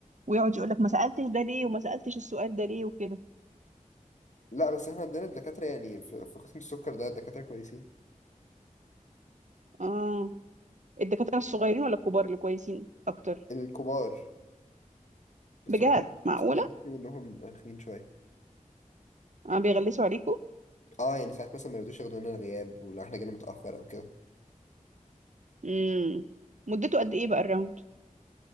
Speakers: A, on the right; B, on the left.
A: ويقعد يقول لك ما سالتش ده ليه وما سالتش السؤال ده ليه وكده
B: لا بس احنا عندنا دكاترة يعني في, في قسم السكر ده دكاترة كويسين
A: اه الدكاتره الصغيرين ولا الكبار اللي كويسين اكتر
B: الكبار الصغيرين
A: بجد معقوله
B: الصغيرين في منهم رخمين شوية
A: اه بيغلسوا عليكم
B: اه يعني ساعات مثلا ما يرضوش ياخدوا لنا الغياب ولو احنا جينا متأخر او كده
A: امم مدته قد ايه بقى الراوند